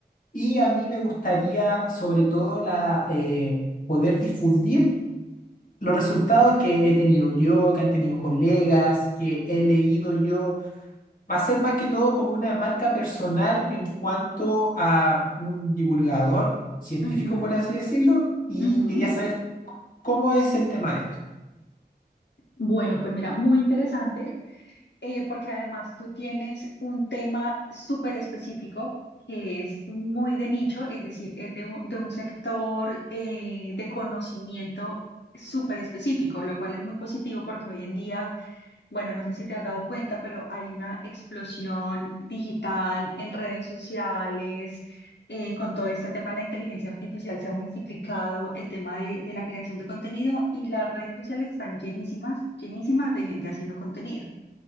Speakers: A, on the left; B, on the left.
A: Y a mí me gustaría sobre todo la, eh, poder difundir los resultados que he tenido yo, que han tenido colegas, que he leído yo Va a ser más que todo como una marca personal en cuanto a un divulgador científico,
B: ujú,
A: por así decirlo, y
B: ujú.
A: quería saber cómo es el tema de esto.
B: Bueno, pues mira, muy interesante, eh, porque además tú tienes un tema súper específico que es muy de nicho, es decir, es de un, de un sector eh, de conocimiento súper específico, lo cual es muy positivo porque hoy en día bueno, no sé si te has dado cuenta, pero hay una explosión digital en redes sociales, eh, con todo este tema de la inteligencia artificial se ha multiplicado el tema de, de la creación de contenido y las redes sociales están llenísimas, llenísimas de gente haciendo contenido.